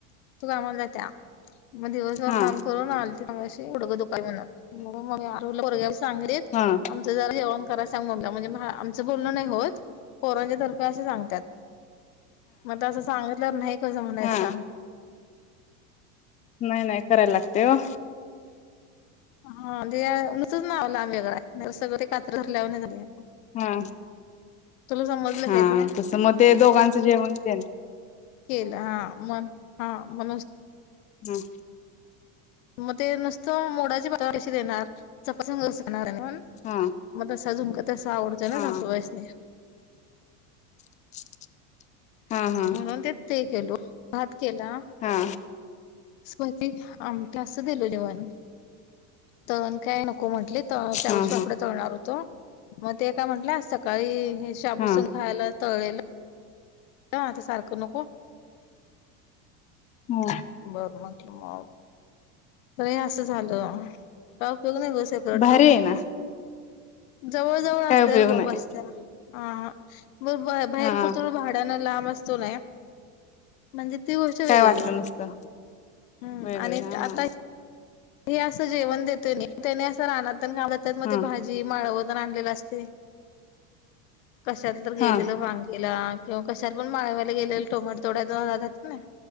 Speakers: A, on the left; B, on the left.
A: कामाला मग दिवसभर
B: हा
A: काम करून आलत्या मगाशी गुडघ दुकाल्यात म्हणून पोरग्याला सांगितलं
B: हा
A: आमच जरा जेवण कराय. सांगू म्हणजे आमचं बोलण नाही होत पोरांच्या तर्फे असे सांगतात. मग असं सांगितल्यावर नाही कसं म्हणाय
B: हा
A: सांग.
B: नाही नाही करायला लागते हो.
A: हा ते नुसंच नाव लांब वेगळां आहे सगळं ते कात्री रल्या झा
B: हा
A: समजलं
B: हा
A: काय ते
B: तस मग ते दोघांचं जेवण ते न
A: केलं हा म हा म
B: हम्म.
A: मग ते नुसतं मोडाचे पातळ कशी देणार चपातीसंग कस खाणार
B: हा
A: मग तस झुणका तस आवडतंय
B: हा
A: ना सासूबाईंनी
B: <inaudible> हा
A: म्हणून ते ते केलो भात केला.
B: हा
A: स्ती आमख अ <inaudible> सं दिलो जेवण तळण काय नको म्हंटले शाबूचे
B: हा
A: पापड्या तळणार होतो मग ते काय म्हटलं सकाळी शाबूसंग
B: हा
A: खायला तळेल आता सारखं नको
B: हम.
A: बरं म्हटलं मग तर असं झालं. काय वेगळं सेप्रेटराहुन
B: भारी आहे ना
A: जवळ जवळ
B: काय
A: असल्यावर
B: उपयोग
A: बोंब
B: नाही
A: असतीया अ बा बाहेर
B: हा
A: कुठत भाड्याना लांब असतो नाही म्हणजे ती गोष्ट वेगळी
B: काय वाटलं
A: आहे्
B: नसतं वेगळे
A: आणि
B: हा
A: आता हे असं जेवण देते त्याने असं रानातन कामतात मग
B: हा
A: ते भाजी माळव आणलेलं असते. कशाला तर गेलेलं
B: हा
A: वांगेला किंवा कशाला पण माळवा्याला गेले टोमॅटो तोड्यात जात ना